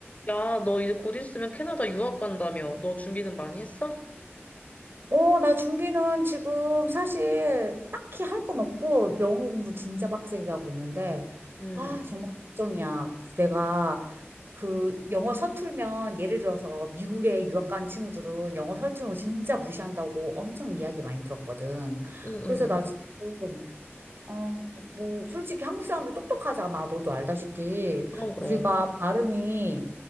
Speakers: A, on the left; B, on the right.
A: 야, 너 이제 곧 있으면 캐나다 유학 간다며. 너 준비는 많이 했어?
B: 어, 나 준비는 지금 사실 딱히 할 건 없고 영어 공부 진짜 빡세게 하고 있는데,
A: 응,
B: 아, 정말 걱정이야. 내가 그 영어 서툴면 예를 들어서 미국에 유학 간 친구들은 영어 서툴면 진짜 무시한다고 엄청 이야기 많이 들었거든.
A: 응,
B: 그래서 나
A: 응.
B: 지금 어, 뭐, 솔직히 한국 사람들 똑똑하잖아. 너도 알다시피.
A: 그럼, 그럼.
B: 우리가 발음이